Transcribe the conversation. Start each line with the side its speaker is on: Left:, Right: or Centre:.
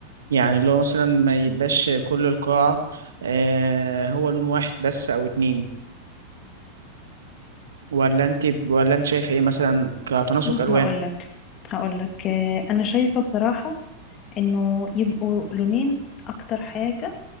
Right: يعني اللي هو مثلا ما يبقاش كل القاعة آه هو لون واحد بس او اتنين ولا انت ولا انت شايف ايه مثلا كتناسق
Left: بص
Right: الوان
Left: هقولك هقولك آه، انا شايفة بصراحة انه يبقوا لونين اكتر حاجة